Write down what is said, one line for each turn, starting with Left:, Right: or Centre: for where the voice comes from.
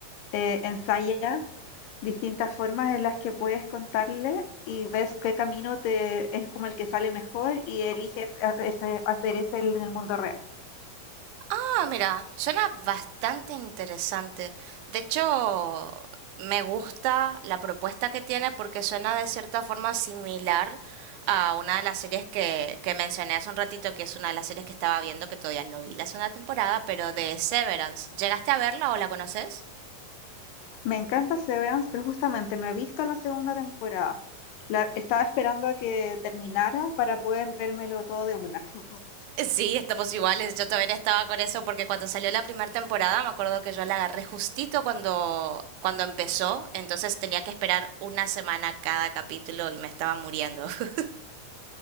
Left: eh, ensayas distintas formas en las que puedes contarle y ves qué camino te es como el que sale mejor y eliges ha- ese- hacer ese en el mundo real.
Right: Ah, mira, suena bastante interesante. De hecho, me gusta la propuesta que tiene porque suena de cierta forma similar a una de las series que, que mencioné hace un ratito, que es una de las series que estaba viendo que todavía no vi la segunda temporada, pero de Severance. ¿Llegaste a verla o la conoces?
Left: Me encanta Severance, pero justamente no he visto la segunda temporada. La, estaba esperando a que terminara para poder vérmelo todo de una. <laughs>
Right: Sí, estamos iguales. Yo todavía estaba con eso porque cuando salió la primera temporada me acuerdo que yo la agarré justito cuando, cuando empezó, entonces tenía que esperar una semana cada capítulo y me estaba muriendo. <laughs>